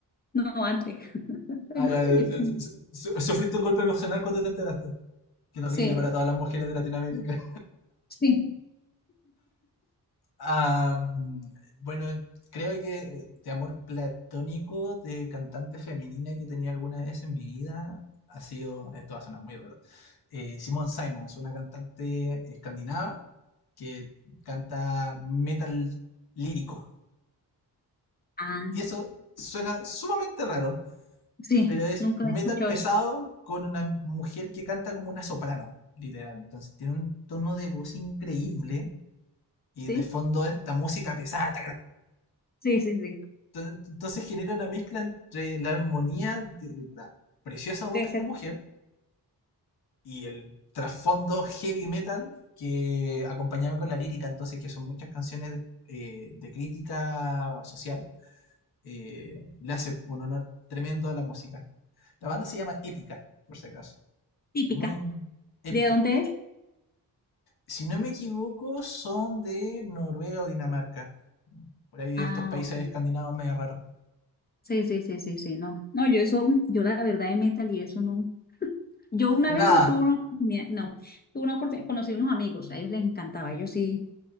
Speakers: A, on the left; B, on the left.
A: No, antes.
B: Ah,
A: No,
B: ya,
A: yo
B: su-
A: tengo-
B: su- sufriste un golpe emocional cuando te enteraste. Qué terrible
A: Sí,
B: para todas las mujeres de Latinoamérica.
A: sí.
B: Ah, mm, bueno, creo que eh, de amor platónico de cantante femenina que tenía alguna vez en mi vida ha sido, esto va a sonar muy raro, eh, Simone Simons, una cantante escandinava que canta metal lírico.
A: Ah,
B: Y eso suena sumamente raro,
A: sí,
B: pero es
A: nunca
B: metal
A: he escuchado
B: pesado
A: eso.
B: con una mujer que canta como una soprano, literal. Entonces tiene un tono de voz increíble y
A: Sí,
B: de fondo esta música pesada.
A: sí, sí, sí.
B: Ent- Entonces genera una mezcla entre la armonía de la preciosa voz
A: Debe
B: de esta
A: ser
B: mujer y el trasfondo heavy metal que acompañaba con la lírica, entonces que son muchas canciones eh, de crítica social, eh, le hace un honor tremendo a la música. La banda se llama Épica, por si acaso.
A: típica.
B: Muy épica.
A: ¿De dónde es?
B: Si no me equivoco, son de Noruega o Dinamarca. Por ahí de
A: Ah,
B: estos países
A: ok.
B: escandinavos medio raros.
A: Sí, sí, sí, sí, sí, no. No, yo eso, yo la verdad de metal y eso no. Yo una
B: Nada,
A: vez tuve una oportunidad, no, tuve una oportunidad, conocí unos amigos, a ellos les encantaba, ellos sí,